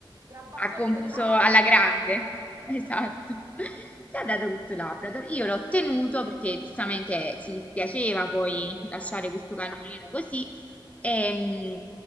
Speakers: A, on the right (about 40°); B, on the left (about 15°).
A: tra bassotto
B: ha confuso
A: e Labrador.
B: alla grande. <laughs> Esatto.
A: <laughs>
B: Ci ha dato questo Labrador. Io l'ho tenuto perché giustamente ci dispiaceva poi lasciare
A: Eh.
B: questo cagnolino così. E,